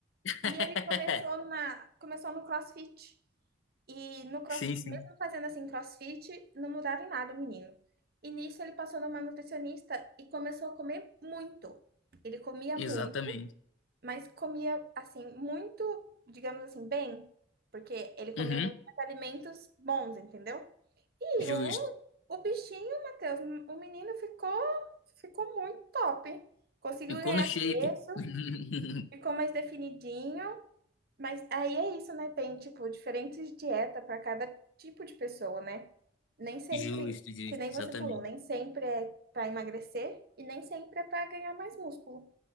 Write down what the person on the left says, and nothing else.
<laughs>
Sim, sim.
Exatamente.
Uhum,
justo.
Ficou
no shape.
<laughs>
Justo, justo,
exatamente.